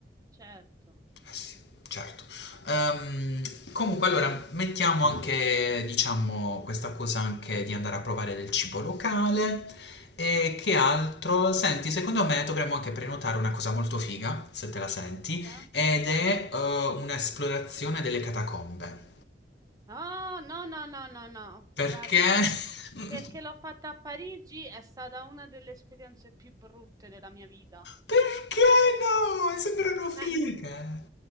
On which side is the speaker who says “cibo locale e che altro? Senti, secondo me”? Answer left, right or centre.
Left